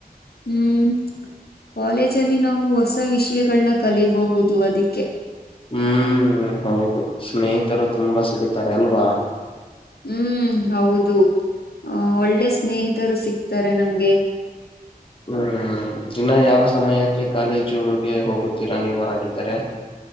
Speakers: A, on the left; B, on the left.
A: ಹ್ಮ್ ಕಾಲೇಜಲ್ಲಿ ನಾವು ಹೊಸ ವಿಷಯಗಳನ್ನ ಕಲಿಬಹುದು ಅದಿಕ್ಕೆ.
B: ಹ್ಮ್ ಹೌದು ಸ್ನೇಹಿತರು ತುಂಬಾ ಸಿಗುತಾರೆ ಅಲ್ವಾ.
A: ಹ್ಮ್ ಹೌದು ಹ್ಮ್ ಒಳ್ಳೆ ಸ್ನೇಹಿತರು ಸಿಕ್ತಾರೆ ನಮ್ಗೆ.
B: ಹ್ಮ್ ದಿನ ಯಾವ ಸಮಯಕ್ಕೆ ಕಾಲೇಜುಗೆ ಹೋಗುತ್ತೀರಾ ನೀವು ಹಾಗಿದರೆ.